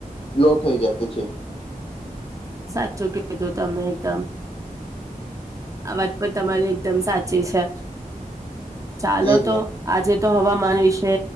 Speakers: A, on the left; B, on the right.
A: લો થઈ જતું છે.
B: સાચું કીધું તમે એકદમ, આ વાત પણ તમારી એકદમ સાચી છે. ચાલો
A: એજ
B: તો
A: ને
B: આજે તો હવામાન વિશે